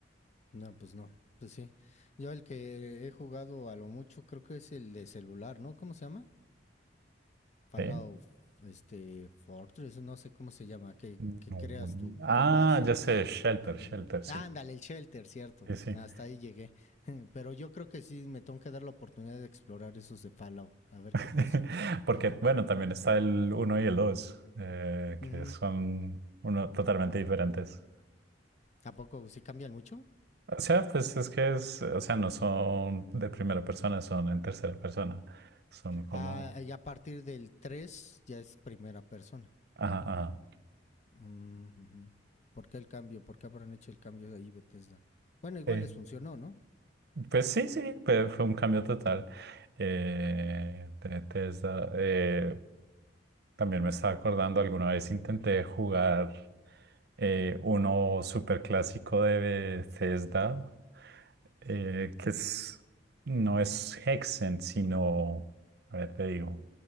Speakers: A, on the left (about 40°); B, on the right (about 60°).
A: No, pues no. Pues sí. Yo el que he jugado a lo mucho creo que es el de celular, ¿no? ¿Cómo se llama? Fallout,
B: ¿Eh?
A: este, Fortress, no sé cómo se llama, que,
B: No,
A: que
B: no.
A: creas tu,
B: Ah,
A: tu base.
B: ya sé, Shelter, Shelter,
A: Ujú.
B: sí.
A: Ah, ándale, el Shelter, cierto.
B: Sí, sí.
A: Hasta ahí llegué. <laughs> Pero yo creo que sí me tengo que dar la oportunidad de explorar esos de Fallout, a ver
B: <laughs>
A: qué pasa,
B: Porque,
A: ¿no?
B: bueno, también está el uno y el 2 eh,
A: Ujú.
B: que son uno, totalmente diferentes.
A: ¿A poco sí cambian mucho?
B: O sea, pues es que es, o sea, no son de primera persona, son en tercera persona. Son como,
A: Ah, y a partir del 3 ya es primera persona.
B: ajá, ajá.
A: Mm, ujú. ¿Por qué el cambio? ¿Por qué habrán hecho el cambio de ahí, Bethesda? Bueno, igual
B: Eh,
A: les funcionó, ¿no?
B: pues sí, sí, fue, fue un cambio total. Eh, de Tesla, eh, también me estaba acordando, alguna vez intenté jugar. eh, uno súper clásico de Bethesda, eh, que es, no es Hexen, sino, a ver, te digo,